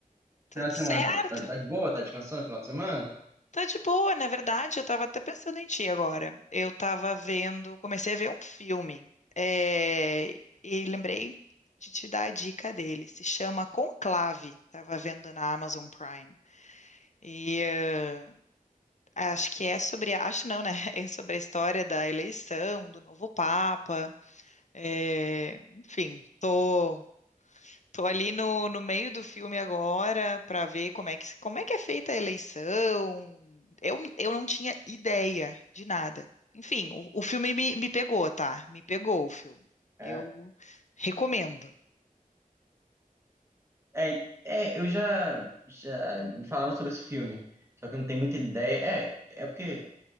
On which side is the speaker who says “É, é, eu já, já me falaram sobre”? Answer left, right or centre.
Right